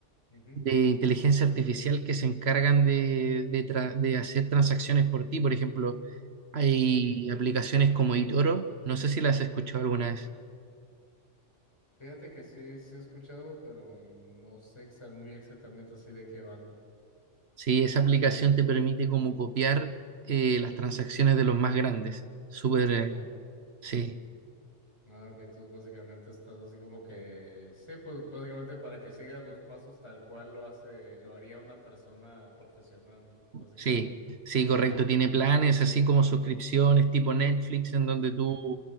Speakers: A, on the left; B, on the right.
A: ujú,
B: de inteligencia artificial que se encargan de, de, tra- de hacer transacciones por ti. Por ejemplo, hay
A: ujú.
B: aplicaciones como eToro, no sé si las has escuchado alguna vez.
A: Fíjate que sí, sí he escuchado, pero no sé exa- muy exactamente así de qué van.
B: Sí, esa aplicación te permite como copiar eh, las transacciones de los más grandes. Súper, eh,
A: Ah,
B: Sí,
A: ah, ok, entonces básicamente estás así como que, sí, pues básicamente para que sigas los pasos tal cual lo hace, lo haría una persona profesional, ¿no? Básicamente.
B: sí, sí, correcto. Tiene planes así como suscripciones tipo Netflix en donde tú
A: Ujú,